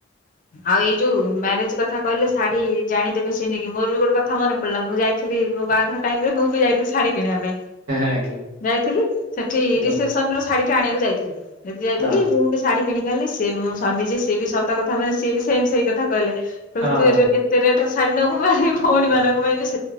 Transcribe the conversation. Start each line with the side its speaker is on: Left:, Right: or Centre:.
Left: ଆଉ ଏଇ ଯୋଉ ମ୍ୟାରେଜ କଥା କହିଲେ ଶାଢୀ ଜାଣିଦେବେ ସେ ନେଇକି ମୋର ବି ଗୋଟେ କଥା ମନେ ପଲା ମୁଁ ଯାଇଥିଲି ମୋ ବାହାଘର ଟାଇମରେ ମୁଁ ବି ଯାଇ ଶାଢୀ କିଣିବା ପାଇଁ
Right: ଆଜ୍ଞା
Left: ଯାଇଥିଲି ସେଠି
Right: ହଁ
Left: ରିସେପସନରୁ ଶାଢୀଟା ଆଣିବାକୁ ଯାଇଥିଲି। ସେଠି ଯାଇଥିଲି
Right: ହଁ
Left: ମୁଁ ବି ସ୍ ଶାଢୀ କିଣିକ ଆଣିଲେ ସେ ମୋ ସ୍ୱାମି ଯିଏ ସେ ବି ସତ କଥା ମାନେ ସିଏ ବି ସେମ୍ ସେଇ କଥା କହିଲେ କହିଲେ
Right: ହଁ
Left: ତୋର ଏ ଏତେ ରେଟରେ ଶାଢୀ ନବୁ ମାନେ ଭଉଣୀ ମାନଙ୍କ ପାଇଁ ବି ସେ